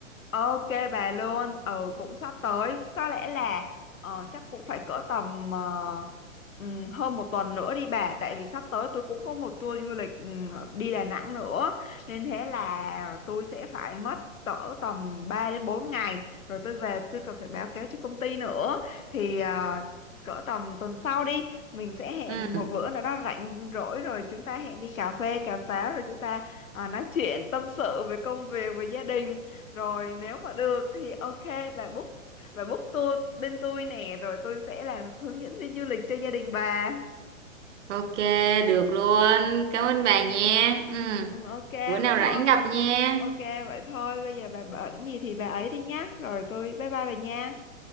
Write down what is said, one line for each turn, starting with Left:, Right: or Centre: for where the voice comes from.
Left: Ok bà luôn, ừ cũng sắp tới, có lẽ là ờ, chắc cũng phải cỡ tầm ờ, ừm, hơn một tuần nữa đi bà, tại vì sắp tới tôi cũng có một tour du lịch ừm, đi Đà Nẵng nữa, nên thế là tôi sẽ phải mất cỡ tầm 3 đến 4 ngày, rồi tôi về tôi còn phải báo cáo cho công ty nữa, thì ờ, cỡ tầm tuần sau đi, mình sẽ hẹn
Right: Ừ.
Left: một bữa nào đó rảnh rỗi rồi chúng ta hẹn đi cà phê, cà pháo rồi chúng ta ờ, nói chuyện tâm sự về công việc, về gia đình rồi nếu mà được thì ok là book là book tour bên tôi nè rồi tôi sẽ làm hướng dẫn viên du lịch cho gia đình bà.
Right: Ok, được luôn. Cảm ơn bà nha. Ừ.
Left: Ừ, ok
Right: Bữa nào
Left: vậy
Right: rảnh
Left: thôi.
Right: gặp nha.
Left: Ok vậy thôi bây giờ bà bận gì thì bà ấy đi nhá. Rồi tôi bye bye bà nha.